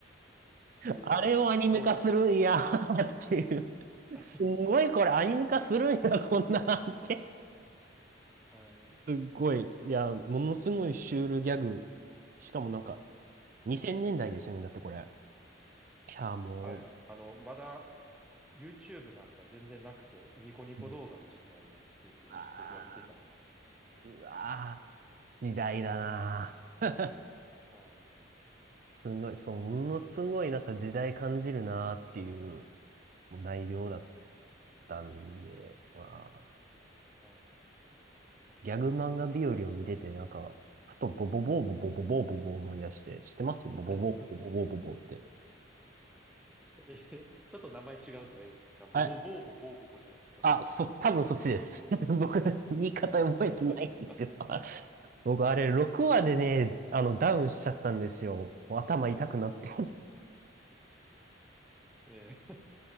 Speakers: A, in the centre; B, on the right (about 45°).
A: えー、
B: あれをアニメ化するんやー
A: どうでした
B: <laughs> っていう。
A: <laughs>
B: すんごいこれアニメ化するんや、<laughs> こんなんって。
A: はい、
B: すっごい、いや、ものすごいシュールギャグ。しかもなんか、
A: はい、
B: 2000年代ですよね、だってこれ。いや、も
A: はいはい。あの、まだ YouTube なんか全然なくて、ニコニコ動画の時代ですよ。
B: う、うんあ
A: 僕が見てたのは。
B: ーうわー、時代だなー。
A: はい
B: すごい、そう、ものすごいなんか時代感じるなーっていうもう内容だったんで、まあ、
A: はい
B: ギャグ漫画日和を見てて、なんか、ふとボボボーボボボボーボボー思い出して、知ってますボボボーボボボーボボーって。
A: <laughs> えちょっと名前違うくないですかボボボーボボーボボじゃないですか、
B: はい。あ、
A: 多分。
B: そ、多分そっちです。<laughs> 僕、言い方覚えてないんですよ。
A: <laughs>
B: <laughs> 僕、あれ、6話でね、あの、ダウンしちゃったんですよ。もう頭痛くなって <laughs>
A: えー